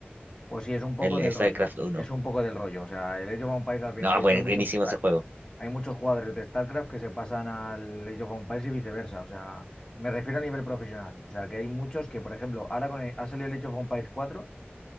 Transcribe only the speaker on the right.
el
StarCraft
uno
No,
buen-
buenísimo
ese juego.